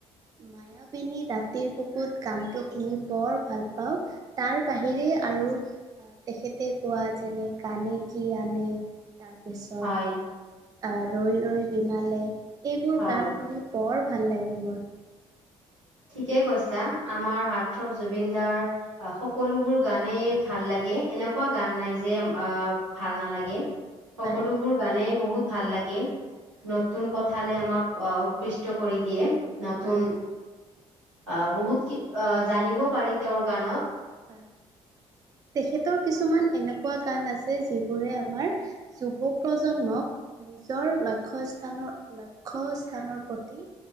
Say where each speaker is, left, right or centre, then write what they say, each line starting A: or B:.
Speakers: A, on the right (about 25°); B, on the right (about 85°).
A: মায়াবিনী ৰাতিৰ বুকুত গানটো শুনি বৰ ভাল পাওঁ। তাৰ বাহিৰে আৰু, আহ তেখেতে গোৱা যেনে গানে কি আনে। তাৰপিছত
B: হয়,
A: আহ ৰৈ ৰৈ বিনালে, এইবোৰ
B: হয়,
A: গান শুনি বৰ ভাল লাগে মোৰ।
B: ঠিকে কৈছা আমাৰ হাৰ্টৰপ জুবিন দাৰ আহ সকলোবোৰ গানে ভাল লাগে এনেকুৱা গান নাই যে আহ ভাল নালাগে, সকলোবোৰ
A: হয়
B: গানে বহুত ভাল লাগে,
A: হয়
B: নতুন কথালে আমাক অহ উৎকৃষ্ট কৰি দিয়ে।
A: হয়
B: নতুন,
A: হয় হয় হয়
B: আহ বহুত
A: হয়।
B: কি আহ জানিব পাৰি তেওঁৰ গানত।
A: হয় তেখেতৰ কিছুমান এনেকুৱা গান আছে যিবোৰে আমাৰ, যুৱ প্ৰজন্মক নিজৰ লক্ষ্য স্থানৰ, লক্ষ্য স্থানৰ প্ৰতি